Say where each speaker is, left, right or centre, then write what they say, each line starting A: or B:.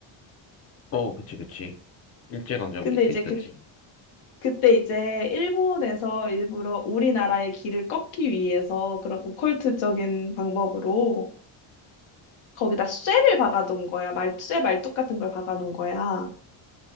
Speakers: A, on the left (about 35°); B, on the left (about 80°).
A: 어, 그치, 그치. 일제강점기
B: 근데
A: 때
B: 이제
A: 있었지.
B: 그 그때 이제 일본에서 일부러 우리나라의 길을 꺾기 위해서 그런 오컬트적인 방법으로 거기다 쇠를 박아놓은 거야. 말, 쇠 말뚝 같은 걸 박아놓은 거야.